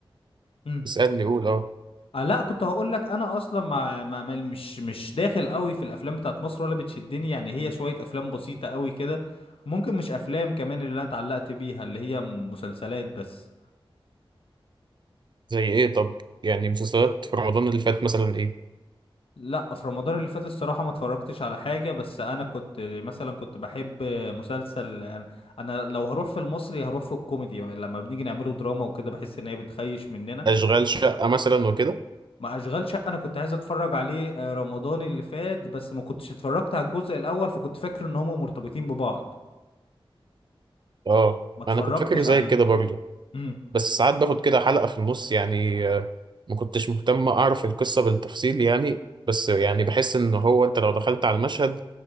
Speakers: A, on the left; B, on the right.
A: مم.
B: اسالني قول اه
A: آه لا كنت هقول لك انا اصلا ما ما ما- مش مش داخل قوي في الافلام بتاعت مصر ولا بتشدني يعني هي شوية افلام بسيطة قوي كده ممكن مش افلام كمان اللي انا اتعلقت بيها اللي هي مسلسلات بس
B: زي ايه طب يعني مسلسلات في رمضان اللي فات مثلا ايه
A: لا في رمضان اللي فات الصراحة ما اتفرجتش على حاجة بس انا كنت مثلا كنت بحب مسلسل انا أنا لو هروح في المصري هروح في الكوميدي لما بنيجي نعمله دراما وكده بحس ان هي بتخيش مننا
B: اشغال شقه مثلا وكده
A: ما اشغال شقة انا كنت عايز اتفرج عليه آه، رمضان اللي فات بس ما كنتش اتفرجت على الجزء الاول فكنت فاكر ان هما مرتبطين ببعض
B: اه
A: ما اتفرجتش
B: انا كنت فاكر زي
A: عليه
B: كده برضه
A: امم
B: بس ساعات باخد كده حلقه في النص يعني آه، ما كنتش مهتم اعرف القصه بالتفصيل يعني بس يعني بحس ان هو انت لو دخلت على المشهد